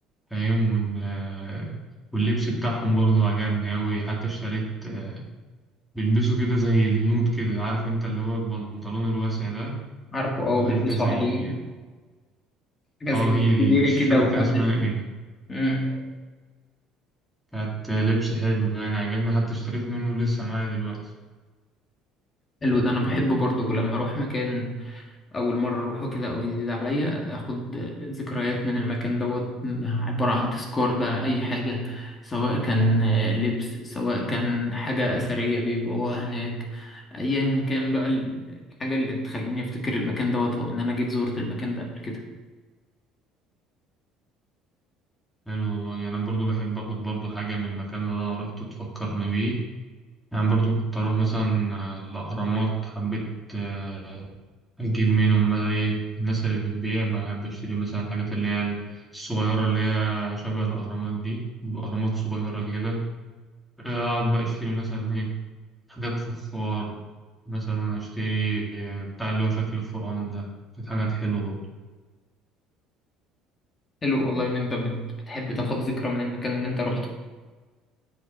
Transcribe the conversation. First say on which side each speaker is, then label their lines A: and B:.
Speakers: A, in the centre; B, on the left (about 25°).
A: فاهم وإن- آه، واللبس بتاعهم برضو عجبني أوي حتى اشتريت آه، بيلبسوا كده زي الهنود كده عارف أنت اللي هو البنطلون الواسع ده
B: عارفه اه
A: وحاجة
B: بيلبسوا
A: زي
B: عليه حاجه
A: اه
B: زي
A: هي
B: السديري
A: دي بس مش
B: كده
A: فاكر
B: وقبل
A: كان اسمها ايه
B: امم
A: كانت لبس حلو يعني عجبني حتى اشتريت منه لسه معايا دلوقتي
B: حلو ده انا بحبه برضه لما اروح مكان أول مرة أروحه كده أو جديد عليا أخد ذكريات من المكان دوت عبارة عن تذكار بقى أي حاجة سواء كان آه، لبس سواء كان حاجة أثرية بيبقوها هناك أيا كان بقى ال- الحاجة اللي تخليني أفتكر المكان دوت أو إن أنا جيت زورت المكان ده قبل كده
A: حلو والله يعني أنا برضو بحب آخد برضو حاجة من المكان اللي أنا روحته تفكرني بيه يعني برضو كنت أروح مثلا آه، الأهرامات حبيت آه، أجيب منهم بقى إيه الناس اللي بتبيع بحب أشتري مثلا الحاجات اللي هي الصغيرة اللي هي شبه الأهرامات دي الأهرامات صغيرة كده آه، أقعد بقى أشتري مثلا إيه حاجات فخار مثلا أشتري آه، بتاع اللي هو شكل الفرعون ده كانت حاجات حلوة برضو.
B: حلو والله إن أنت بت- بتحب تاخد ذكرى من المكان اللي أنت روحته